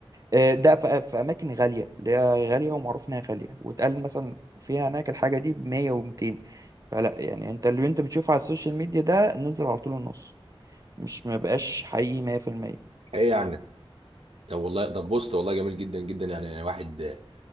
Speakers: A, on the right; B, on the right.
A: آه، ده في في اماكن غاليه اللي هي غاليه ومعروف انها غاليه واتقال مثلا فيها هناك الحاجه دي ب 100 و200 فلا يعني انت اللي انت بتشوفه على السوشيال ميديا ده نزل على طول النص مش ما بقاش حقيقي 100%
B: ايه يعني طب والله ده بوست والله جميل جدا جدا يعني أنا واحد